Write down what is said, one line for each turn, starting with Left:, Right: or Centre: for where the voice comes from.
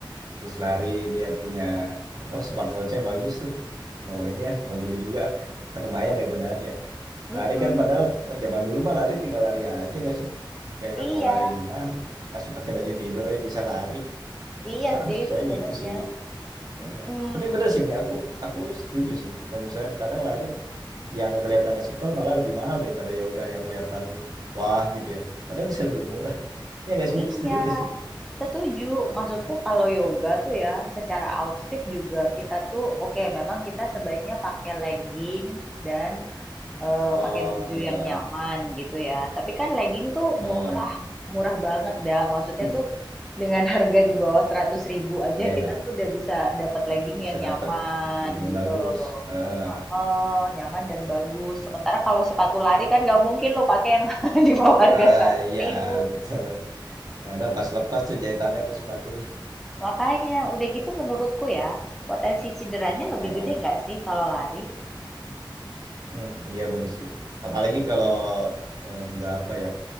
Right: Terus lari dia punya oh smartwatchnya bagus tuh. Mau ini ya, mau beli juga. Kan lumayan ya godaan ya.
Centre: Mhm,
Right: Lari
Centre: mhm,
Right: kan padahal wah, zaman dulu mah lari tinggal lari aja nggak sih? Kayak
Centre: iya,
Right: mau lari di mana, masih pakai baju tidur aja bisa lari.
Centre: iya
Right: Sekarang
Centre: sih
Right: saya
Centre: sebenarnya,
Right: gitu sih.
Centre: mhm.
Right: Ya, tapi bener sih, Mi. aku aku setuju sih. Kalau misalnya kadang lari yang kelihatannya simpel malah lebih mahal daripada yoga yang kelihatan wah gitu ya. Padahal bisa lebih murah. Ya nggak sih,
Centre: Iya,
Right: Mi? Setuju nggak sih?
Centre: setuju. Maksudku kalau yoga tuh ya, secara outfit juga kita tuh oke, memang kita sebaiknya pakai legging dan eh,
Right: Oh
Centre: pakai baju
Right: ya,
Centre: yang nyaman gitu ya. Tapi kan legging tuh
Right: hmm,
Centre: murah, murah banget dah. Maksudnya
Right: Hmm.
Centre: tuh dengan harga di bawah seratus ribu aja
Right: iya
Centre: kita
Right: ya,
Centre: tuh udah bisa dapat legging
Right: bisa
Centre: yang nyaman
Right: dapat baju yang
Centre: gitu
Right: bagus.
Centre: loh.
Right: Eh,
Centre: Heeh, nyaman dan bagus. Sementara kalau sepatu lari kan nggak mungkin lo pakai yang <laughs> di bawah harga
Right: ah,
Centre: seratus
Right: iya
Centre: ribu.
Right: betul. Ya, udah pas lepas tuh jahitannya tuh sepatu.
Centre: Makanya, udah gitu menurutku ya, potensi cederanya lebih
Right: Heeh.
Centre: gede nggak sih kalau lari?
Right: Hmm, iya bener sih. Apalagi kalau eh, nggak apa ya.